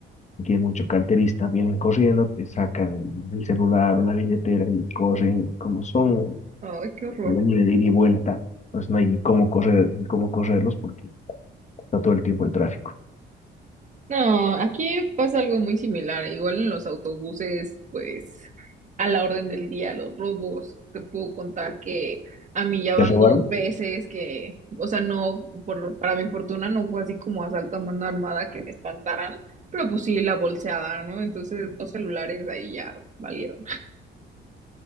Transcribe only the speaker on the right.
Ay, qué horror.
No, aquí pasa algo muy similar. Igual en los autobuses, pues a la orden del día, los robos. Te puedo contar que a mí ya van
dos veces que, o sea, no, por, para mi fortuna no fue así como asalto a mano armada que me espantaran, pero pues sí la bolseada, ¿no? Entonces dos celulares ahí ya valieron.